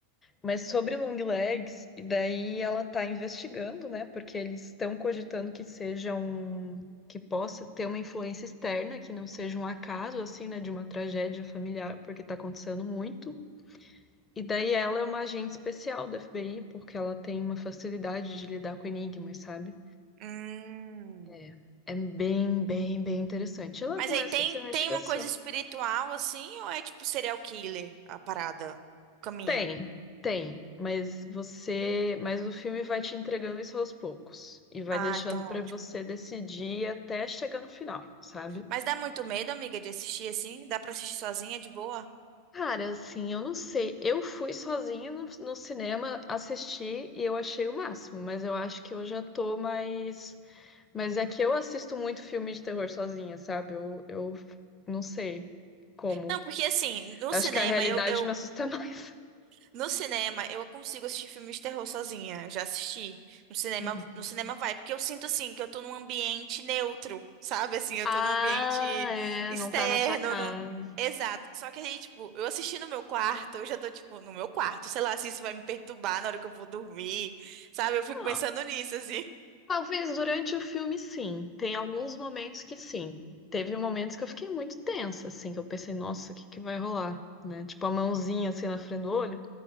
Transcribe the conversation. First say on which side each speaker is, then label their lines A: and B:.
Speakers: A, on the left (about 20°); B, on the right (about 40°).
A: Mas sobre long legs, e daí ela tá investigando, né? Porque eles estão cogitando que seja um que possa ter uma influência externa, que não seja um acaso assim, né, de uma tragédia familiar, porque tá acontecendo muito. E daí ela é uma agente especial da FBI, porque ela tem uma facilidade de lidar com enigmas, sabe?
B: Hum.
A: É, é bem, bem, bem interessante. Ela
B: Mas
A: começa
B: aí tem,
A: essa investigação.
B: tem uma coisa espiritual assim, ou é tipo serial killer a parada, o caminho?
A: Tem, tem, mas você, mas o filme vai te entregando isso aos poucos e vai
B: Ah,
A: deixando
B: então
A: pra
B: ótimo.
A: você decidir até chegar no final, sabe?
B: Mas dá muito medo, amiga, de assistir assim? Dá pra assistir sozinha de boa?
A: Cara, assim, eu não sei. Eu fui sozinha no, no cinema assistir e eu achei o máximo, mas eu acho que eu já tô mais. Mas é que eu assisto muito filme de terror sozinha, sabe? Eu, eu não sei como.
B: Não, porque assim, no
A: Acho
B: cinema
A: que a realidade
B: eu, eu
A: me assusta <laughs> mais.
B: No cinema, eu consigo assistir filmes de terror sozinha. Já assisti. No cinema,
A: Uhum.
B: no cinema vai, porque eu sinto assim que eu tô num ambiente neutro, sabe? Assim, eu
A: Ah,
B: tô num ambiente
A: é,
B: externo,
A: não tá na sua casa.
B: no... Exato. Só que aí, tipo, eu assisti no meu quarto, eu já tô, tipo, no meu quarto, sei lá, se isso vai me perturbar na hora que eu vou dormir, sabe? Eu fico
A: Ah,
B: pensando nisso, assim.
A: Talvez durante o filme, sim. Tem alguns momentos que sim. Teve momentos que eu fiquei muito tensa, assim, que eu pensei, nossa, o que que vai rolar, né? Tipo, a mãozinha, assim, na frente do olho.